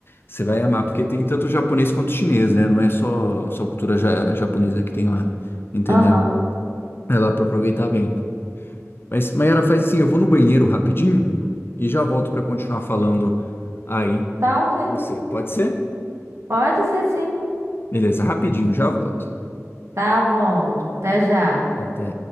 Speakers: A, on the left; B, on the right.
A: você vai amar, porque tem tanto japonês quanto chinês, né? Não é só, só cultura ja- japonesa que tem lá, entendeu?
B: Aham.
A: É lá para aproveitar bem. Mas, Mayara, faz assim, eu vou no banheiro rapidinho e já volto para continuar falando aí
B: Tá ok.
A: com você. Pode ser?
B: Pode ser sim.
A: Beleza, rapidinho, já volto.
B: Tá bom. Até já.
A: Até.